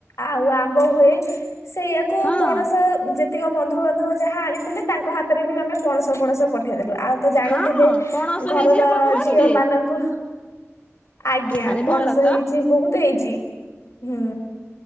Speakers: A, on the left; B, on the left.
A: ଆଉ ଆମ୍ବ ହୁଏ ସେଇଆାକୁ
B: ହଁ।
A: ପଣସ ଯେତିକି ବନ୍ଧୁବାନ୍ଧବ ଯାହା ଆଣିଥିଲେ ତାଙ୍କ ହାତରେ ବି ଆମେ ପଣସ ପଣସ ପଠେଇଦେଲୁ ଆଉ ତ ଜାଣିଥିବେ
B: ହଁ ପଣସ
A: ଘର
B: ହେଇଛି ଆପଣଙ୍କ
A: ଝିଅ
B: ବାରିରେ
A: ମାନଙ୍କୁ ଆଜ୍ଞା
B: ଆରେ
A: ପଣସ
B: ଭଲ ତ।
A: ହେଇଛି ବହୁତ ହେଇଛି ହୁଁ